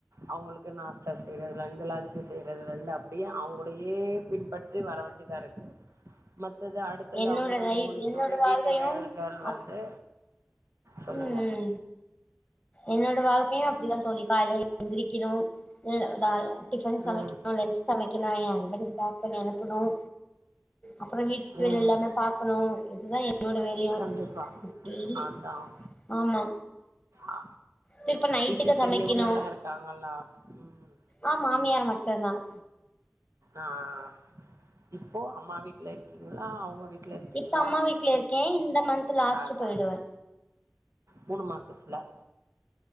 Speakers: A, on the right; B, on the left.
A: அவுங்களுக்கு நாஸ்தா செய்யறதுல இருந்து லஞ்சு செய்யறதுல இருந்து அப்டியே அவுங்களையே பின்பற்றி வர வேண்டிதா இருக்கு மட் டுது அடுத்தது
B: என்னோட
A: அவுங்களது
B: லை
A: முடிஞ்சோனே
B: என்னோட வாழ்க்கையு
A: வீட்டு வேலைகள் வந்து சொல்லுங்க
B: ம் என்னோட வாழ்க்கையும் அப்டிதான் தோழி காலேல எந்திரி கினும் இ லா டிஃபன் சமைக்கணும்
A: ம்
B: லன்ச் சமைக் ஏன்னா என் ஹஸ்பண்ட் பாக் பண்ணி அனுப்பனும் அப்புறம் வீட்டு வேல
A: ம்
B: எல்லாமே பாக்கணும் இதுதான் எ ன்னோட வேலயும்
A: கண்டிப்பா.
B: டெய்லி
A: அதான்.
B: ஆமா
A: அ
B: திருப்ப நைட்டுக்கு
A: வீட்ல பெரியவங்கல்லாம்
B: சமைக்கணு
A: இருக்காங்கல்லா உம்
B: ஆ மாமியார் மட்டும்தான்
A: ஆஹ் இப்போ அம்மா வீட்ல இருக்கீங்களா அவுங்க வீட்ல இருக்கீங்களா
B: இப்ப அம்மா வீட்ல இருக்கே இந்த மந்த் லாஸ்ட்
A: அதான்
B: போயிடுவே
A: மூணு மாசத் ல